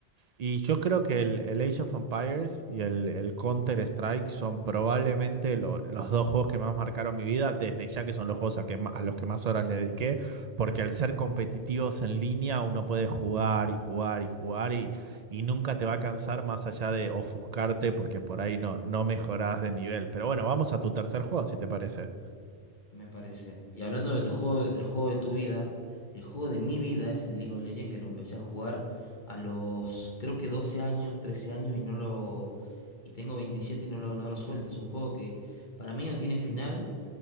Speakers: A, on the right; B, on the left.
A: Y yo creo que el, el Age of Empires y el, el Counter-Strike son probablemente lo- los dos juegos que más marcaron mi vida, desde ya que son los juegos a, que ma- a los que más horas le dediqué, porque al ser competitivos en línea uno puede jugar y jugar y jugar y, y nunca te va a cansar más allá de ofuscarte porque por ahí no, no mejorás de nivel. Pero bueno, vamos a tu tercer juego, si te parece.
B: me parece. Y hablando de tu juego, el juego de tu vida, el juego de mi vida es el League of Legends que lo empecé a jugar a los, creo que 12 años, 13 años y no lo, y tengo 27 y no lo, no lo suelto. Es un juego que para mí no tiene final.